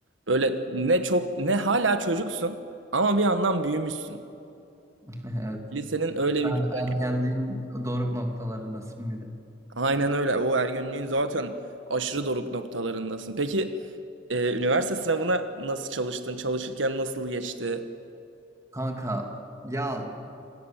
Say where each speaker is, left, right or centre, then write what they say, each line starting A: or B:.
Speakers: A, on the right; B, on the right.
A: böyle ne çok ne hala çocuksun ama bir yandan büyümüşsün.
B: <laughs> Evet.
A: Lisenin öyle
B: Ha,
A: bir güzel.
B: Ergenliğin doruk noktalarındasın bir de.
A: Aynen öyle. O ergenliğin zaten aşırı doruk noktalarındasın. Peki Ee, üniversite sınavına nasıl çalıştın? Çalışırken nasıl geçti?
B: Kanka ya